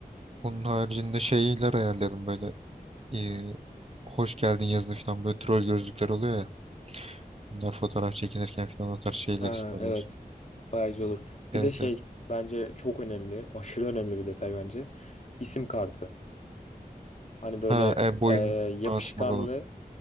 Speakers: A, on the right; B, on the left.
A: Onun haricinde şeyler ayarlayalım böyle eee, hoş geldin yazılı falan böyle troll gözlükler oluyor ya. Bunlar fotoğraf çekinirken falan o tarz şeyler
B: Ha
A: isterler.
B: evet. Bayağı güzel olur.
A: Evet
B: Bir de şey
A: evet.
B: bence çok önemli. Aşırı önemli bir detay bence. İsim kartı. Hani böyle
A: Ha e, boyun
B: e, yapışkanlı.
A: asmalı olan.